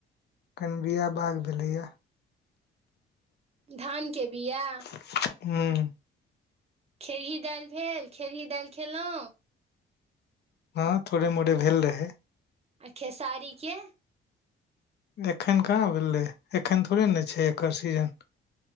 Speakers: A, on the left; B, on the right.
A: कनि बिया बाग भेलैया।
B: धानके बिया।
A: <unintelligible> हूँ।
B: खेड़ी दालि भेल खेड़ी दालि खेलौ।
A: हँ थोड़े मोड़े भेल रहै।
B: आ खेसारीके।
A: एखन कहाँ भेलै एखन थोड़े न छै एकर सीजन।